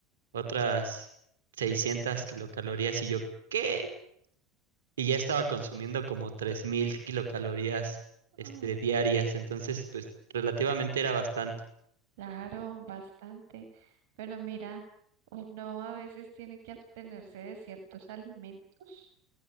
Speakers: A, on the right (about 85°); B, on the right (about 70°).
A: otras 600 kilocalorías, y yo, ¿qué? Y ya estaba consumiendo como 3000 kilocalorías, este,
B: Mm.
A: diarias, entonces, pues, relativamente era bastante.
B: Claro, bastante. Pero mira, uno a veces tiene que abstenerse de ciertos alimentos